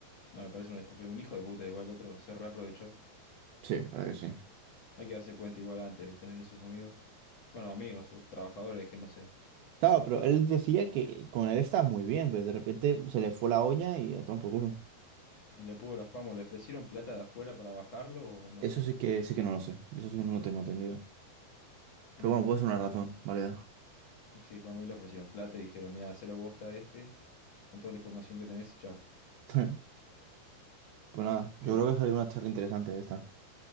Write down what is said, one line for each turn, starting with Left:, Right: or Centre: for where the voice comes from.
Left: No, me parece un estúpido. Un hijo de puta, igual el otro se reaprovechó.
Right: Sí, la verdad que sí.
Left: Hay que darse cuenta igual antes de tener esos amigos. Bueno, amigos o trabajadores que no sé.
Right: Claro, pero él decía que con él estaba muy bien, pero de repente se le fue la olla y a tomar por culo.
Left: Y le pudo la fama, o le ofrecieron plata de afuera para bajarlo, o no
Right: Eso
Left: sé.
Right: sí que sí que no lo sé. Eso sí que no lo tengo entendido. Pero
Left: No,
Right: bueno, puede
Left: es que
Right: ser
Left: no
Right: una
Left: lo
Right: razón,
Left: sé.
Right: válida.
Left: Sí, para mí le ofrecieron plata y dijeron, mira, hacelo bosta a este, con toda la información que tenés y chao.
Right: <laughs> Pues nada, yo
Left: ¿Qué?
Right: creo que salió una charla interesante esta.